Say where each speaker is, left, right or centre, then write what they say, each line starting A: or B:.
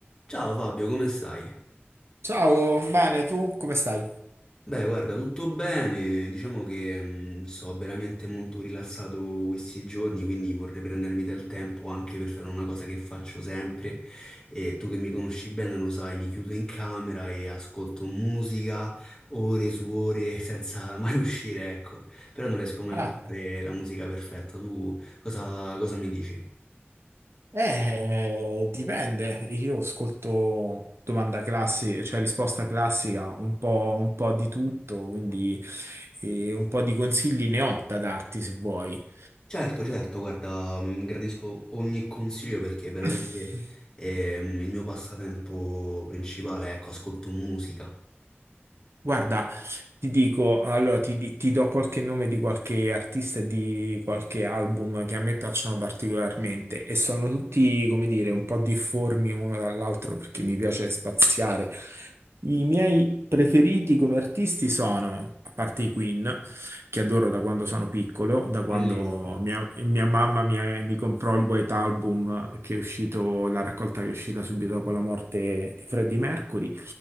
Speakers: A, on the left; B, on the right.
A: Ciao Fabio, come stai?
B: Ciao, bene, tu come stai?
A: Beh, guarda, tutto bene. Diciamo che mh, sto veramente molto rilassato questi giorni, quindi vorrei prendermi del tempo anche per fare una cosa che faccio sempre. E tu che mi conosci bene lo sai, mi chiudo in camera e ascolto musica ore su ore <laughs> senza mai uscire, ecco. Però non riesco mai
B: Ah,
A: a trovare la musica perfetta. Tu cosa, cosa mi dici?
B: eh, dipende. Io ascolto domanda classica, cioè risposta classica, un po', un po' di tutto, quindi eh, un po' di consigli ne ho da darti se vuoi.
A: Certo, certo, guarda, mh, gradisco ogni consiglio perché veramente
B: <laughs>
A: ehm, il mio passatempo principale, ecco, ascolto musica.
B: Guarda, ti dico, allora ti, di- ti do qualche nome di qualche artista e di qualche album che a me piacciono particolarmente e sono tutti, come dire, un po' difformi uno dall'altro perché mi piace spaziare. I miei preferiti come artisti sono, a parte i Queen, che adoro da quando sono piccolo, da quando
A: Bellissimo.
B: mia, mia mamma mi, mi comprò il White Album che è uscito, la raccolta che è uscita subito dopo la morte di Freddie Mercury.